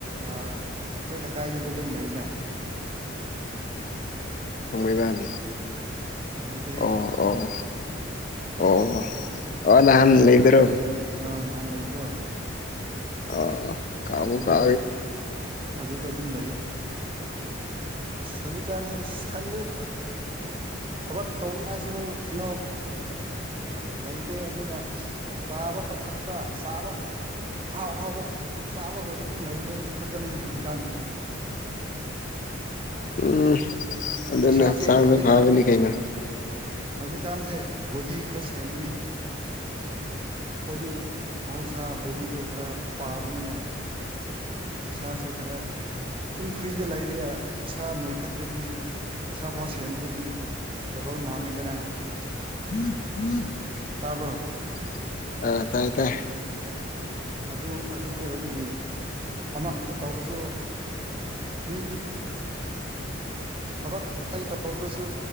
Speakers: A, on the right; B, on the left.
A: ꯑꯩꯈꯣꯏ ꯂꯩꯀꯥꯏꯗꯨꯗ ꯑꯗꯨꯝ ꯂꯩꯗ
B: ꯊꯃꯩꯕꯟ
A: ꯅꯠꯇꯦꯍꯦ
B: ꯑꯣ ꯑꯣ ꯑꯣ ꯑꯣ ꯅꯍꯥꯟ ꯂꯩꯕꯤ꯭ꯔꯣ
A: ꯑꯥ ꯅꯍꯥꯟ ꯂꯩꯕꯗꯣ
B: ꯑꯣ ꯀꯕꯨꯨ
A: ꯑꯗꯨꯗ
B: ꯀ
A: ꯑꯗꯨꯗ ꯑꯗꯨꯝ ꯂꯩ ꯁꯖꯤꯛ ꯀꯥꯟꯁꯦ ꯑꯁ ꯈꯪꯗꯦ ꯊꯕꯛ ꯇꯧꯅꯤꯡꯉꯥꯏꯁꯨ ꯀꯩꯅꯣ ꯂꯩꯇꯦ ꯑꯗꯨꯅ ꯑꯁ ꯆꯥꯕ ꯊꯛꯄ ꯆꯥꯕ ꯑꯍꯥꯎ ꯑꯍꯥꯎꯕ ꯆꯥꯕ ꯈꯔꯒ ꯑꯗꯨꯝ ꯂꯩꯕ ꯈꯛꯇꯅꯤꯅꯦ ꯍꯧꯖꯤꯛꯀꯥꯟꯁꯦ
B: ꯎꯝ ꯑꯗꯨꯅ
A: ꯏꯁꯥꯁꯦ
B: ꯍꯛꯆꯥꯡꯗ
A: ꯍꯧꯖꯤꯛꯀꯥꯟ
B: ꯐꯕꯅꯤ ꯀꯩꯅꯣ
A: ꯍꯧꯖꯤꯛꯀꯥꯟꯁꯦ ꯕꯣꯗꯤ ꯈꯔ ꯁꯦꯝꯕꯅꯤ ꯑꯩꯈꯣꯏꯗꯤ ꯃꯍꯧꯁꯥ ꯕꯣꯗꯤꯗꯣ ꯈꯔ ꯄꯥꯕꯅꯤꯅ ꯏꯁꯥꯁꯦ ꯈꯔ ꯁꯨꯝ ꯐ꯭ꯔꯤꯗ ꯂꯩꯔꯒ ꯏꯁꯥ ꯅꯣꯏꯈꯠꯇ꯭ꯔꯗꯤ ꯏꯁꯥ ꯐꯥꯎ ꯁꯦꯝꯗ꯭ꯔꯗꯤ ꯗꯕꯜ ꯃꯥꯡꯉꯦꯗꯅ
B: <inaudible>
A: ꯇꯥꯕ꯭ꯔꯣ
B: ꯑ ꯇꯥꯏ ꯇꯥꯏ
A: ꯑꯗꯨ ꯑꯗꯨ ꯑꯣꯏꯕꯒꯤ ꯑꯃ ꯇꯧꯔꯁꯨ ꯃꯤ ꯊꯕꯛ ꯑꯇꯩ ꯇꯧꯗ꯭ꯔꯁꯨ